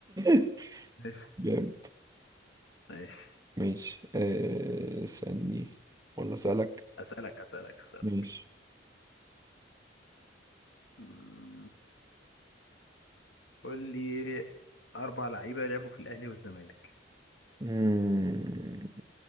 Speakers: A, on the right; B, on the left.
A: <laughs>
B: ماشي
A: جامد
B: ماشي
A: ماشي آه، استني ولا اسالك
B: اسالك اسالك اسالك
A: ماشي
B: مم. قول لي اربع لعيبه لعبوا في الاهلي والزمالك
A: مم.